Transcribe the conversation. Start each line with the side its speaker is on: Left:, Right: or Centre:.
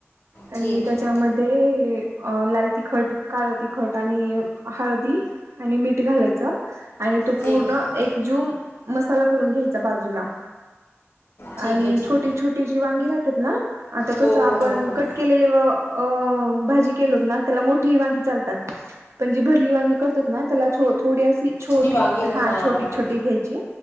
Right: आणि
Left: ठीक
Right: त्याच्यामध्ये
Left: आहे
Right: अ लाल तिखट, काळं तिखट आणि हळदी आणि मीठ घालायचं. आणि तो
Left: ठीक
Right: पूर्ण एक जूम मसाला करून घ्यायचा बाजूला.
Left: ठीक
Right: आणि
Left: आहे ठीक
Right: छोटी छोटी जी वांगी राहतात ना आता कसं
Left: हो
Right: आपण
Left: हो हो हो
Right: कट केलेले व अ भाजी केलोत ना त्याला मोठी वांगी चालतात. पण जी भरली वांगी करतात ना त्याला छो थोडी अशी छोटी
Left: वांगीला
Right: हा
Left: हां
Right: छोटी
Left: हां
Right: छोटी घ्यायची.